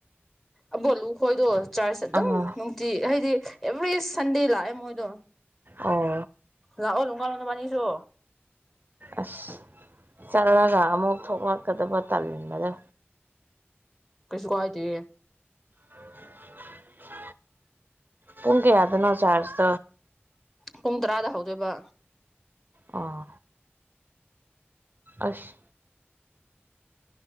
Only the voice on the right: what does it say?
ꯑꯃ
ꯑꯣ
ꯑꯁ ꯆꯠꯂꯒ ꯑꯃꯨꯛ ꯊꯣꯛꯂꯛꯀꯗꯕ ꯇꯟꯕꯗꯣ
<inaudible> ꯄꯨꯡ ꯀꯌꯥꯗꯅꯣ ꯆꯥꯔꯁ
ꯑꯥ ꯑꯁ